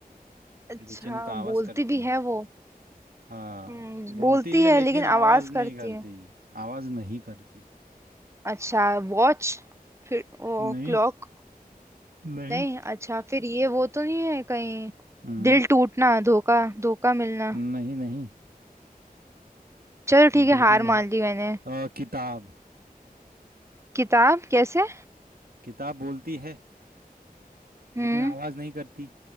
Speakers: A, on the right; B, on the right.
A: अच्छा
B: बेचैनी तो आवाज
A: बोलती
B: करती
A: भी
B: है
A: है वो
B: हाँ
A: हम्म
B: बोलती
A: बोलती
B: है
A: है
B: लेकिन
A: लेकिन
B: आवाज
A: आवाज
B: नहीं
A: करती
B: करती
A: है
B: आवाज नहीं करती
A: अच्छा वॉच फिर वो
B: नहीं
A: क्लॉक
B: नहीं
A: नहीं अच्छा फिर ये वो तो नहीं है कहीं
B: हम्म
A: दिल टूटना धोखा धोखा मिलना
B: नहीं नहीं
A: चलो ठीक है
B: बिल्कुल
A: हार
B: नहीं
A: मान ली मैंने
B: अ, किताब
A: किताब कैसे
B: किताब बोलती है
A: हम्म
B: लेकिन आवाज नहीं करती